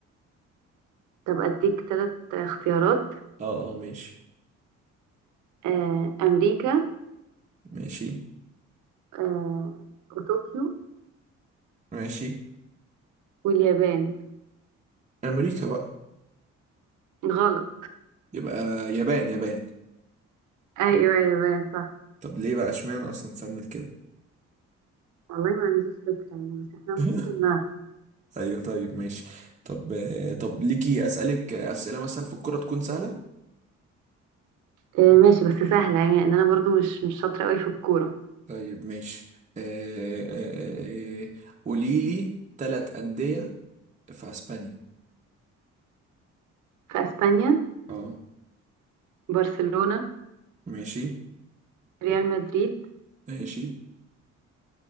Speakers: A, on the right; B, on the right.
A: طب اديك ثلاث اختيارات
B: اه اه ماشي
A: آه، أمريكا
B: ماشي
A: آه، وطوكيو
B: ماشي
A: واليابان
B: أمريكا بقى
A: غلط
B: يبقى يابان يابان
A: أيوة اليابان صح
B: طب ليه بقى اشمعنى اصلا اتسمت كده
A: والله ما عنديش فكرة يعني بس احنا
B: <laughs>
A: ممكن نعرف
B: ايوه طيب ماشي طب آه، طب ليكي اسالك اسئله مثلا في الكوره تكون سهله
A: آه، ماشي بس سهلة يعني أن أنا برضو مش مش شاطرة قوي في الكورة
B: طيب ماشي آه، آه، آه، آه، قولي لي ثلاث انديه في اسبانيا
A: في أسبانيا
B: اه
A: برشلونة
B: ماشي
A: ريال مدريد
B: ماشي